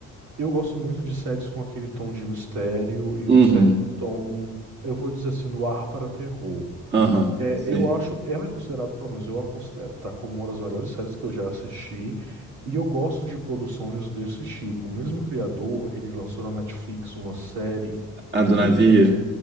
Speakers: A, on the right (about 80°); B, on the right (about 35°).
A: Eu gosto muito de séries com aquele tom de mistério e
B: Uhum.
A: um certo tom, eu vou dizer assim, no ar para terror.
B: Aham.
A: É,
B: Sim.
A: eu acho, ela é considerada, pelo menos eu a considero, tá? Como uma das melhores séries que eu já assisti. E eu gosto de produções desse tipo. O mesmo criador, ele lançou na Netflix uma série que
B: A do
A: tem
B: navio.
A: tudo.